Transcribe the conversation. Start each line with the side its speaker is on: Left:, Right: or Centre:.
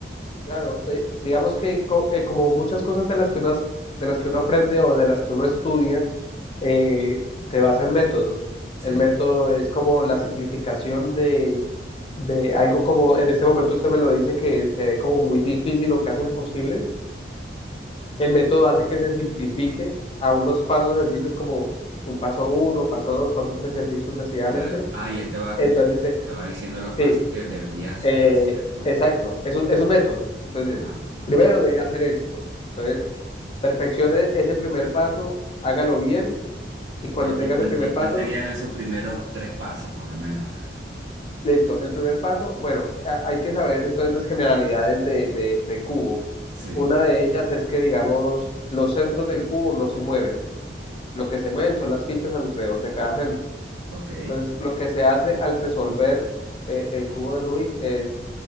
Left: Claro, eh, digamos que co- eh, como muchas cosas de las que uno, as- de las que uno aprende o de las que uno estudia, eh, se basa en métodos.
Right: Sí,
Left: El método es como la simplificación de, de algo como, en este momento usted me lo dice que se ve como muy difícil o casi imposible. El método hace que se simplifique a unos pasos sencillos como un paso uno, paso dos, paso tres y así sucesivamente.
Right: claro. Ah, y él te va,
Left: Entonces
Right: te
Left: dice,
Right: va diciendo los pasos
Left: sí,
Right: que deberías
Left: eh,
Right: hacer, ¿no?
Left: exacto, es un, es un método. Entonces
Right: Ajá.
Left: dice, primero debe hacer esto. Entonces, perfeccione ese primer paso, hágalo bien y cuando
Right: ¿Cuál-
Left: tenga
Right: y, cuál,
Left: ese primer
Right: ¿Y cuál
Left: paso,
Right: serían esos primeros tres pasos, por lo menos?
Left: Listo, el primer paso, bueno, a- hay que saber entonces las generalidades de, de- del cubo.
Right: Sí,
Left: Una de ellas es que, digamos, los centros del cubo no se mueven. Lo que se mueven son las fichas alrededor de cada centro.
Right: ok.
Left: Entonces, lo que se hace al resolver eh, el cubo de Rubik es